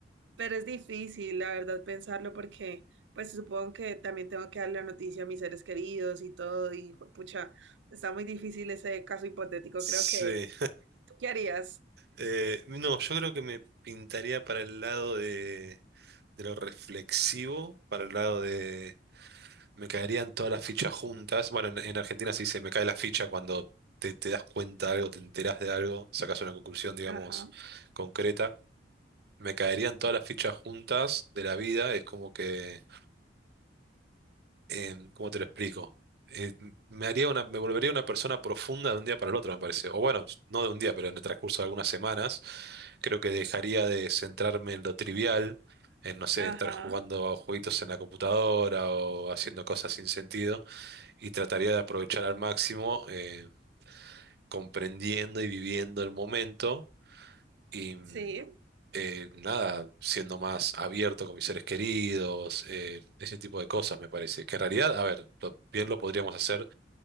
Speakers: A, on the right; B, on the right.
A: pero es difícil, la verdad, pensarlo porque, pues supongo que también tengo que darle la noticia a mis seres queridos y todo, y pucha, está muy difícil ese caso hipotético,
B: Sí.
A: creo que, ¿tú qué harías?
B: Eh, no, yo creo que me pintaría para el lado de, de lo reflexivo, para el lado de me caerían todas las fichas juntas. Bueno, en, en Argentina sí se dice me cae la ficha cuando te, te das cuenta de algo, te enteras de algo, sacas una conclusión, digamos,
A: Ajá,
B: concreta. Me caerían todas las fichas juntas de la vida, es como que em, ¿cómo te lo explico? Eh, me haría una, me volvería una persona profunda de un día para el otro, me parece. O bueno, no de un día, pero en el transcurso de algunas semanas, creo que dejaría de centrarme en lo trivial, en, no sé,
A: ajá,
B: estar jugando a jueguitos en la computadora o haciendo cosas sin sentido, y trataría de aprovechar al máximo, eh, comprendiendo y viviendo el momento y mm,
A: sí.
B: eh, nada, siendo más abierto con mis seres queridos, eh, ese tipo de cosas me parece. Que en realidad, a ver, lo- bien lo podríamos hacer